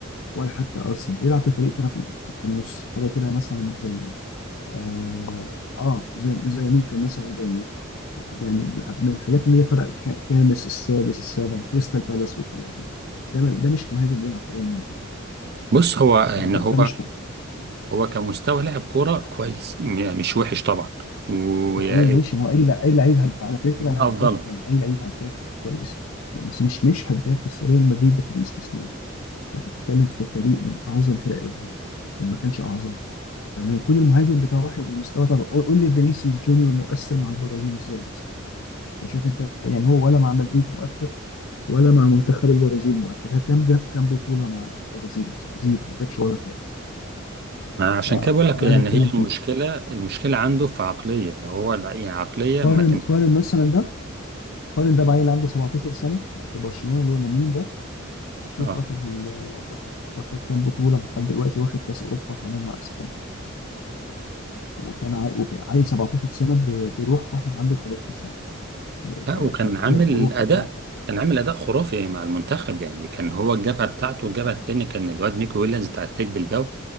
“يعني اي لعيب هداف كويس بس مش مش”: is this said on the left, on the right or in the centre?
Left